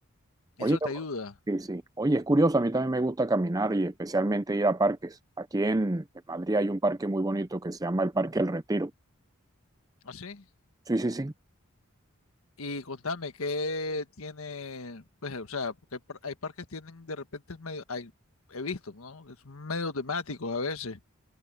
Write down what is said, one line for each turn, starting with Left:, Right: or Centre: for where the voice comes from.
Left: eso
Right: Oye,
Left: te ayuda.
Right: sí, sí. Oye, es curioso, a mí también me gusta caminar y especialmente ir a parques. Aquí en, en Madrid hay un parque muy bonito que se llama el Parque El Retiro.
Left: ¿Así?
Right: Sí, sí, sí,
Left: Y contame, ¿qué tiene? Pues, o sea, porque hay, par- hay parques que tienen de repente, es medio, hay, he visto, ¿no? Que son medio temáticos a veces,